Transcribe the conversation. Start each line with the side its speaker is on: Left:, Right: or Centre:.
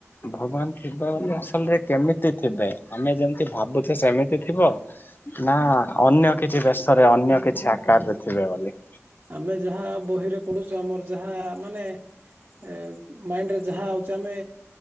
Left: ଭଗବାନ ଥିବେ ବୋଲି ଅସଲରେ କେମିତି ଥିବେ? ଆମେ ଯେମିତି ଭାବୁଚେ ସେମିତି ଥିବ ନା ଅନ୍ୟ କିଛି ବେଶରେ ଅନ୍ୟ କିଛି ଆକାରରେ ଥିବେ ବୋଲି?
Right: ଆମେ ଯାହା ବହିରେ ପଢୁଚୁ, ଆମର ଯାହା ମାନେ ଏ ମାଇଣ୍ଡରେ ଯାହା ଆଉଚି, ଆମେ